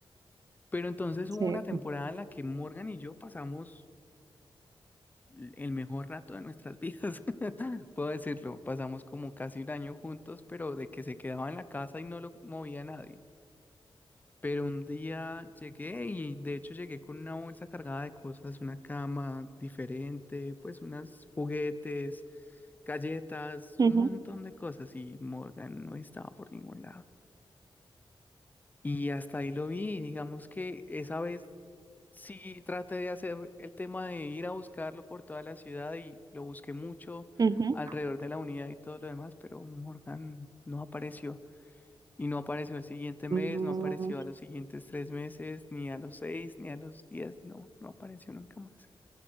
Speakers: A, on the left; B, on the right.
A: Pero entonces
B: Sí.
A: hubo una temporada en la que Morgan y yo pasamos l- el mejor rato de nuestras vidas. <laughs> Puedo decirlo, pasamos como casi un año juntos, pero de que se quedaba en la casa y no lo movía nadie. Pero un día llegué y de hecho llegué con una bolsa cargada de cosas, una cama diferente, pues unos juguetes, galletas,
B: Ujú,
A: un montón de cosas y Morgan no estaba por ningún lado. Y hasta ahí lo vi, y digamos que esa vez sí traté de hacer el tema de ir a buscarlo por toda la ciudad y lo busqué mucho
B: ujú.
A: alrededor de la unidad y todo lo demás, pero Morgan no apareció. Y no apareció el siguiente mes,
B: Mm,
A: no apareció a los siguientes tres meses, ni a los seis, ni a los diez, no, no apareció nunca más.